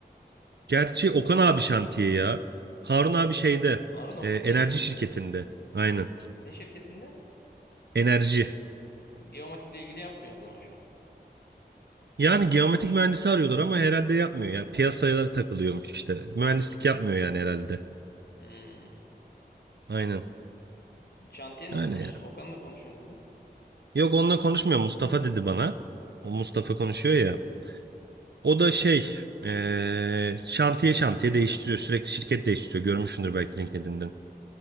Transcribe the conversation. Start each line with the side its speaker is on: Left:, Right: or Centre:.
Right: Gerçi Okan abi şantiye ya. Harun abi şeyde,
Left: Harun ofisteydi
Right: e, enerji
Left: galiba.
Right: şirketinde. Aynen.
Left: Ne şirketinde?
Right: Enerji.
Left: Geomatikle ilgili yapmıyor o zaman şu an.
Right: Yani geometrik mühendisi arıyorlar ama herhalde yapmıyor ya. Piyasaya takılıyormuş işte. Mühendislik yapmıyor yani herhalde.
Left: Hmm.
Right: Aynen.
Left: Şantiye nasılmış?
Right: Öyle ya.
Left: Okan'la konuşuyorsunuz mu?
Right: Yok onunla konuşmuyor. Mustafa dedi bana. O Mustafa konuşuyor ya. O da şey eee, şantiye şantiye değiştiriyor. Sürekli şirket değiştiriyor. Görmüşsündür belki LinkedIn'den.